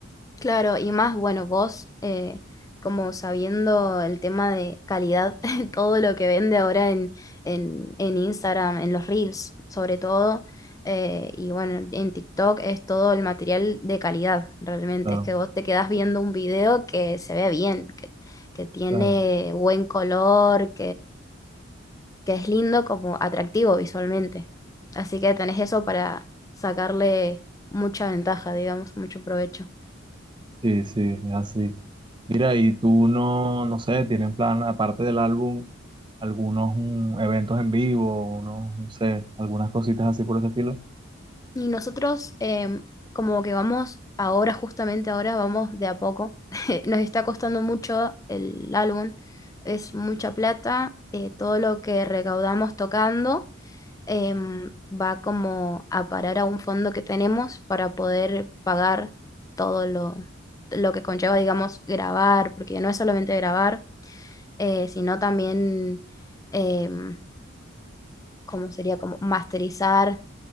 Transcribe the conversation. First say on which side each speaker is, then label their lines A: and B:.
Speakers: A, on the left; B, on the right.
A: Claro, y más, bueno, vos, eh, como sabiendo el tema de calidad, <laughs> todo lo que vende ahora en, en, en Instagram, en los Reels, sobre todo, eh, y bueno, en TikTok es todo el material de calidad, realmente.
B: Claro,
A: Es que vos te quedás viendo un video que se ve bien, que, que tiene
B: claro.
A: buen color, que es lindo como atractivo visualmente. Así que tenés eso para sacarle mucha ventaja, digamos, mucho provecho.
B: Sí, sí, es así. Mira, y tú no, no sé, tienen plan, aparte del álbum, algunos mm, eventos en vivo, unos, no sé, algunas cositas así por ese estilo.
A: Y nosotros em, como que vamos ahora, justamente ahora, vamos de a poco. <laughs> Nos está costando mucho el álbum, es mucha plata, eh, todo lo que recaudamos tocando. em, va como a parar a un fondo que tenemos para poder pagar todo lo, lo que conlleva, digamos, grabar, porque no es solamente grabar, eh, sino también, em, ¿cómo sería? Como masterizar,